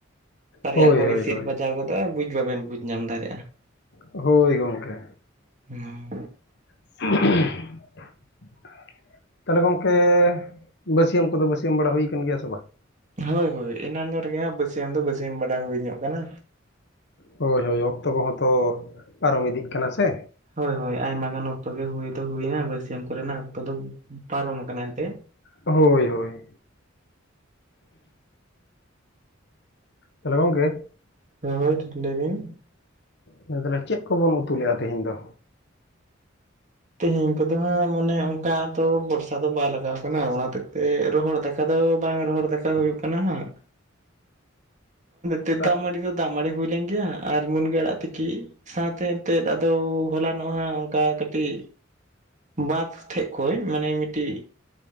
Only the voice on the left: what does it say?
ᱦᱳᱭ
ᱦᱳᱭ
ᱦᱳᱭ
ᱦᱳᱭ ᱜᱚᱢᱠᱮ᱾
<unintelligible> ᱛᱟᱦᱚᱞᱮ ᱜᱚᱝᱠᱮ ᱵᱟᱹᱥᱭᱟᱹᱢ ᱠᱚᱫᱚ ᱵᱟᱹᱥᱭᱟᱹᱢ ᱵᱟᱲᱟ ᱦᱩᱭ ᱠᱟᱱ ᱜᱮᱭᱟ ᱥᱮ ᱵᱟᱝ?
ᱦᱳᱭ ᱦᱳᱭ ᱚᱠᱛᱚ ᱠᱚᱦᱚᱸ ᱛᱚ ᱯᱟᱨᱚᱢ ᱤᱫᱤᱜ ᱠᱟᱱᱟ ᱥᱮ᱾
ᱦᱳᱭ ᱦᱳᱭ᱾ ᱛᱟᱞᱮ ᱜᱚᱝᱠᱮ?
ᱦᱮ ᱛᱟᱦᱚᱞᱮ ᱪᱮᱫ ᱠᱚᱵᱚᱱ ᱩᱛᱩ ᱞᱮᱫᱼᱟ ᱛᱮᱦᱮᱧ ᱫᱚ?
ᱟ-